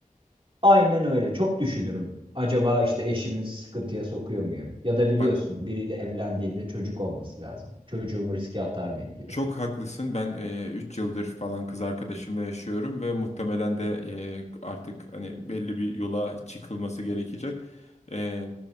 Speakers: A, on the right; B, on the left.
A: Aynen öyle. Çok düşünürüm. Acaba işte eşimi sıkıntıya sokuyor muyum? Ya da biliyorsun
B: Bak
A: biriyle evlendiğinde çocuk olması lazım. Çocuğumu riske atar mıyım gibi.
B: Çok haklısın. Ben 3 yıldır falan kız arkadaşımla yaşıyorum ve muhtemelen de e, artık hani belli bir yola çıkılması gerekecek. E,